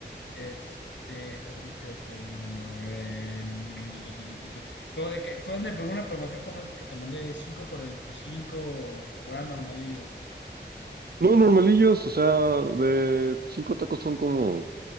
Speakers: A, on the left; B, on the right.
A: Este, algo más te iba a decir, hermano. Em, tu, tu, tu, tu, tu, tu. Pero de que fue donde pegó una promoción como esas que te mandé de 5 por 25 o o eran normalillos.
B: No, normalillos, o sea, de cinco tacos son como,